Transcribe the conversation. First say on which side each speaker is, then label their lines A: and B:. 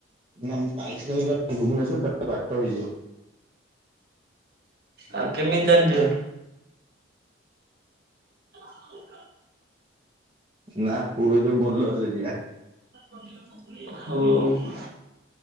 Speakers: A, on the right; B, on the right.
A: ନା ମୁଁ ବାଇକ ନେଇ ଗଲେ ଭୁବନେଶ୍ଵର ଟା ବାଟ ହେଇଯିବ।
B: ଆଉ କେମିତି ତାନେ ଯିବା? <inaudible>
A: ନା ପୁଅ ଯୋଉ ବୋଲର ରେ ଯିବା।
B: ହଉ।